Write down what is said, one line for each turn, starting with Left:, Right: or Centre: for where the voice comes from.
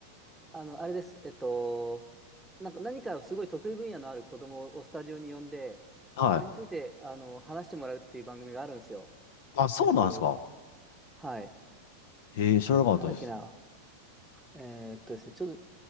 Centre: あの、あれです。えっと、なんか何かすごい得意分野のある子供をスタジオに呼んで、
Left: はい。
Centre: それについて、あの、話してもらうっていう番組があるんですよ。
Left: あ、そうなんですか。
Centre: えっと、はい。
Left: へえ、知らなかったです。
Centre: な、なんだっけな。えーっとですね、ちょっと、